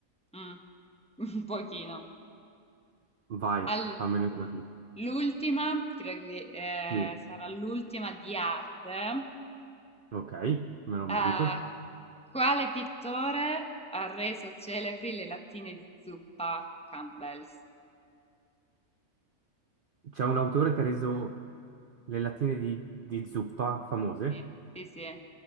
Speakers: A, in the centre; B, on the right (about 45°).
A: mm, <laughs> un pochino.
B: Vai,
A: Al-
B: fammene una tu.
A: l'ultima, credo che eh,
B: Sì,
A: sarà l'ultima di arte.
B: ok, me lo merito.
A: Ah, quale pittore ha reso celebri le lattine di zuppa Campbell's?
B: C'è un autore che ha reso le lattine di, di zuppa famose.
A: Sì, sì, sì.